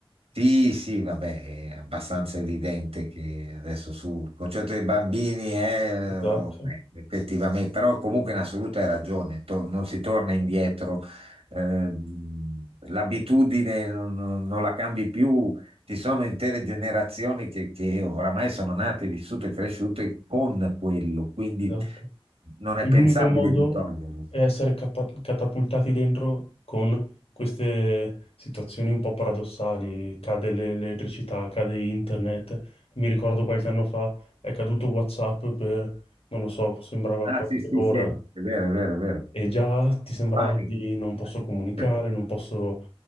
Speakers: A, on the right (about 80°); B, on the left (about 80°).
A: Sì, sì, vabbè, è abbastanza evidente che adesso sul concetto dei bambini, eh, vabbè,
B: Esatto,
A: effettivamente, però comunque in assoluta hai ragione, to- non si torna indietro, ehm, l'abitudine non, non- non la cambi più, ci sono intere generazioni che, che oramai sono nate, vissute e cresciute con quello, quindi
B: esatto.
A: non
B: E
A: è
B: L'unico
A: pensabile
B: modo
A: di toglierlo.
B: è essere capa- catapultati dentro con queste situazioni un po' paradossali. Cade l'e- l'elettricità, cade internet. Mi ricordo qualche anno fa è caduto WhatsApp per, non lo so, sembrava
A: Ah,
B: qualche
A: sì, sì,
B: ora
A: sì, è vero, è vero, è vero,
B: e già ti sembrava
A: panico.
B: di non posso comunicare,
A: <laughs>
B: non posso